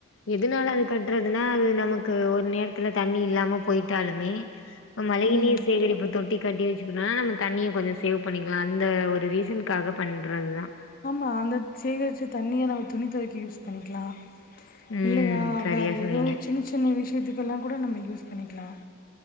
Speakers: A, on the left; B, on the left.
A: எதுனால அது கட்டுறதுன்னா அது நமக்கு ஒரு நேரத்துல தண்ணி இல்லாம போயிட்டாலுமே இந்த மழை
B: ம்
A: நீர் சேகரிப்ப தொட்டி கட்டி வச்சுக்கணு நம்ம தண்ணிய கொஞ்சோ சேவ் பண்ணிக்கலா அந்த ஒரு ரீசனுக்காக பண்றது தா
B: ஆமா அந்த சேகரிச்ச தண்ணிய நம்ம துணி தொவைக்க யூஸ் பண்ணிக்கலா
A: ம்
B: இல்லையா
A: சரியா
B: வேற
A: சொன்னீங்க
B: எதோ ஒரு சின்ன சின்ன விஷ் இதுக்கெல்லா கூட நம்ம யூஸ் பண்ணிக்கலா